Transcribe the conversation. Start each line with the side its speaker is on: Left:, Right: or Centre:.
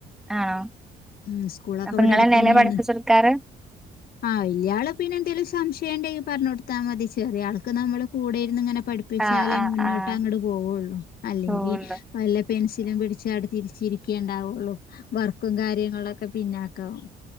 Centre: ആണോ
Left: ഉം സ്കൂളൊക്കെ
Centre: അപ്പൊ
Left: ഇവിടെ
Centre: ഇങ്ങളെന്നെല്ലേ
Left: അടുത്തെന്നെയാണ്
Centre: പഠിപ്പിച്ചെടുക്കാറ്
Left: ആഹ് വല്യാള് പിന്നെ എന്തേലും സംശയണ്ടെ പറഞ്ഞ കൊടുത്തൽ മതി ചെറിയ ആൾക്ക് നമ്മൾ കൂടെയിരുന്ന് ഇങ്ങനെ പഠിപ്പിച്ചാലേ
Centre: ആഹ് ആഹ്
Left: മുന്നോട്ട്
Centre: ആഹ്
Left: അങ്ങട് പോവൊള്ളൂ അല്ലെങ്കി
Centre: സ്കൂളില്
Left: വല്ല പെൻസിലും പിടിച്ച് തിരിച്ചിരിക്കേണ്ടാവൊള്ളൂ വർക്കും കാര്യങ്ങളൊക്കെ പിന്നാക്കാവും